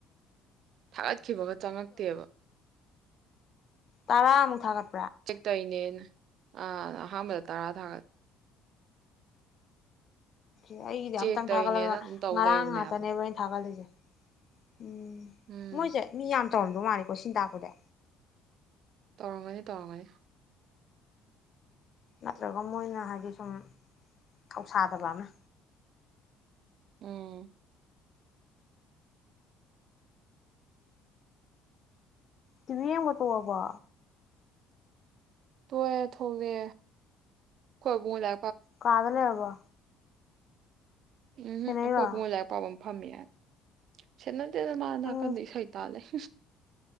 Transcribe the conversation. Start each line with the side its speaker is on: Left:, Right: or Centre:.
Right: ꯊꯥꯒꯠꯈꯤꯕꯒ ꯆꯪꯉꯛꯇꯦꯕ
Left: ꯇꯔꯥ ꯃꯨ ꯊ ꯀꯠ
Right: ꯆ ꯇ ꯏꯅꯦ ꯑ ꯑꯍꯥꯟꯕꯗ ꯇꯔꯥ ꯊꯥꯒꯠ
Left: ꯑꯣ ꯑꯩꯒꯤꯗꯤ
Right: ꯆꯦꯛ
Left: ꯑꯇꯪ
Right: ꯇꯧꯔꯤꯅꯦꯅ
Left: ꯊꯥꯒꯠꯂꯒ
Right: ꯑꯗꯨꯝ ꯇꯧ
Left: ꯉꯔꯥꯡ
Right: ꯂꯩꯕꯅꯦꯕ
Left: ꯉꯥꯛꯇꯅꯦꯕ ꯑꯩꯅ ꯊꯥꯒꯠꯂꯤꯁꯦ ꯎꯝ
Right: ꯎꯝ
Left: ꯃꯣꯏꯁꯦ ꯃꯤ ꯌꯥꯝ ꯇꯧꯔꯝꯗꯧ ꯃꯥꯜꯜꯂꯤꯦꯀꯣ ꯁꯤꯟꯗꯥꯛ ꯀꯔ
Right: ꯇꯧꯔꯝꯒꯅꯤ ꯇꯧꯔꯝꯒꯅꯤ
Left: ꯅꯠꯇ꯭ꯔꯒ ꯃꯣꯏꯅ ꯍꯥꯏꯗꯤ ꯁꯨꯝ ꯊꯧꯁꯥꯗꯕ ꯑꯃ
Right: ꯎꯝ
Left: ꯇꯕꯤ ꯌꯦꯕꯥ ꯇꯣꯛ ꯑꯕꯣ
Right: ꯔꯣꯛ ꯑꯥ ꯊꯣꯛꯒꯦ ꯀꯕꯨꯕꯨ ꯂ
Left: ꯀꯗ ꯂꯩꯔꯥꯕꯣ
Right: ꯎꯝ
Left: ꯁꯦꯟꯅꯩꯔꯣ
Right: ꯑꯩꯈꯣꯏ ꯄꯨꯉꯣꯏ ꯂꯥꯏꯛ ꯄꯥꯝ ꯐꯃꯌꯥ ꯁꯦꯟ ꯗ ꯃꯥꯅꯥ
Left: ꯅꯪ
Right: ꯀꯅꯤ ꯁꯩꯇꯥ ꯂꯩ